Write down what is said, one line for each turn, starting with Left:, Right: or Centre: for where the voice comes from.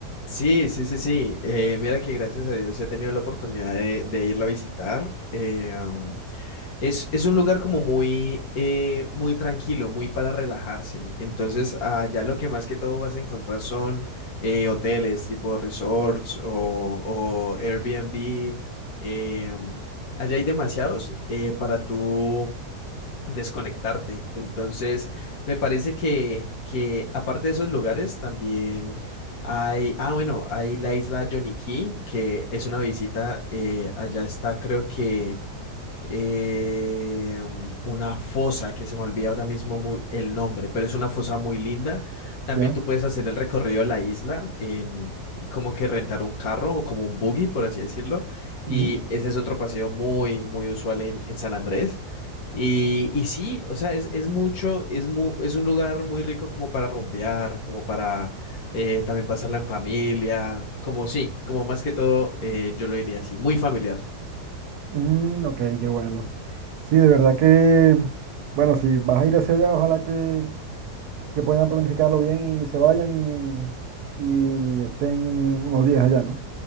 Left: Sí, sí, sí, sí. Eh, mira que gracias a Dios he tenido la oportunidad de, de irla a visitar. Eh, Es, es un lugar como muy, eh, muy tranquilo, muy para relajarse. Entonces, allá lo que más que todo vas a encontrar son eh, hoteles tipo resorts o, o Airbnb. eh, allá hay demasiados eh, para tú desconectarte. Entonces, me parece que, que aparte de esos lugares, también hay, ah, bueno, hay la isla Johnny Cay, que es una visita, eh, allá está, creo que eh, mm, una fosa que se me olvida ahora mismo muy- el nombre, pero es una fosa muy linda. También
Right: ¿ya?
Left: tú puedes hacer el recorrido de la isla en como que rentar un carro o como un buggy, por así decirlo. Y
Right: Ujú.
Left: ese es otro paseo muy, muy usual en, en San Andrés. Y, y sí, o sea, es, es mucho, es, mu- es un lugar muy rico como para rumbear, como para eh, también pasarla en familia, como sí, como más que todo, eh, yo lo diría así, muy familiar.
Right: Mm, ok, qué bueno. Sí, de verdad que, bueno, si vas a ir hacia allá, ojalá que, que puedan planificarlo bien y se vayan y, y estén unos días allá, ¿no?